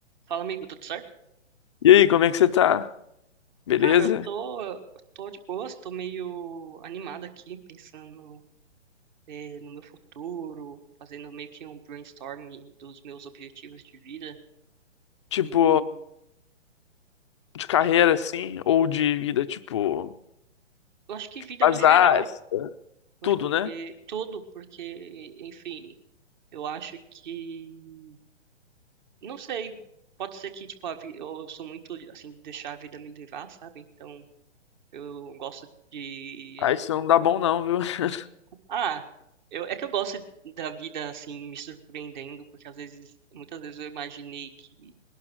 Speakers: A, on the right; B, on the left.
A: Fala, amigo, tudo certo?
B: E aí, como é que você tá? Beleza?
A: Cara, eu tô, eu tô de boas, tô meio animado aqui, pensando, eh, no meu futuro, fazendo meio que um brainstorming dos meus objetivos de vida.
B: Tipo,
A: E
B: de carreira
A: tipo,
B: assim, ou de vida, tipo,
A: eu acho que vida
B: azar,
A: no geral, porque
B: tudo, né?
A: tudo, porque, enfim, eu acho que, não sei, pode ser que, tipo, a vi- eu sou muito, assim, de deixar a vida me levar, sabe? Então, eu gosto de
B: Ah, isso não dá bom não, viu? <laughs>
A: Ah, eu, é que eu gosto da vida assim me surpreendendo, porque às vezes, muitas vezes eu imaginei que